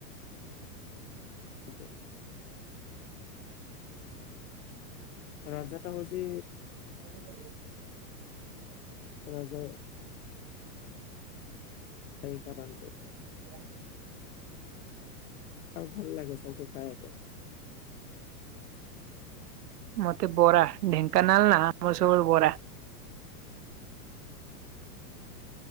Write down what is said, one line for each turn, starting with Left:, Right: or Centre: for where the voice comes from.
Left: ଆଜ୍ଞା। ରାଜଟା ହଉଛି।
Right: <unintelligible>
Left: ରଜମା। ଏଇ କରନ୍ତି।
Right: <inaudible>
Left: ଆଉ ଭଲ ଲାଗେ ସବୁଠୁ ଖାଇବା ପାଇଁ।
Right: ମତେ ବରା ଢେଙ୍କାନାଳ ନା ଆମର ସବୁବେଳେ ବରା।